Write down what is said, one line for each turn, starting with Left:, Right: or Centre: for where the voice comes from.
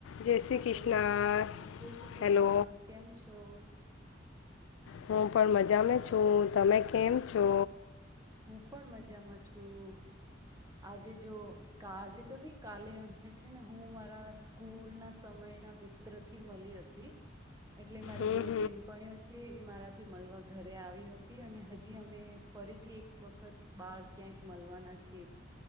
Left: જય શ્રી
Right: હલો
Left: કૃષ્ણ
Right: જય શ્રી કૃષ્ણ.
Left: હેલો
Right: કેમ છો?
Left: હું પણ મજામાં છું. તમે કેમ છો?
Right: હું પણ મજામાં છું. આજે જો આજે તો નહી કાલે છે ને હું મારા સ્કૂલના સમયના મિત્રથી મલી હતી. એટલે મારી
Left: હમ,
Right: બે બેનપણીઓ છે એ મારા થી મલવા ઘરે આવી હતી. અને હજી અમે ફરીથી એક વખત બાર ક્યાંક મલવાના છીએ.